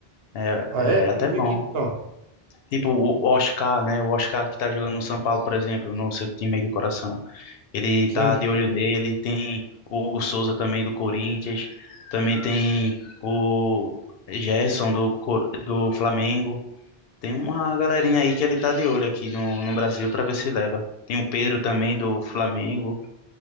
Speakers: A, on the left; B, on the right.
A: É,
B: Ah,
A: é
B: é? Eu
A: até
B: não vi
A: bom.
B: quem não.
A: Tipo o o Oscar, né? O Oscar que tá jogando no São Paulo, por exemplo, no seu time aí do coração. Ele
B: Sim,
A: tá de olho nele. Tem o Hugo Souza também do Corinthians. Também tem o Gerson do, Co- do Flamengo. Tem uma galerinha aí que ele tá de olho aqui no, no Brasil pra ver se leva. Tem o Pedro também do Flamengo,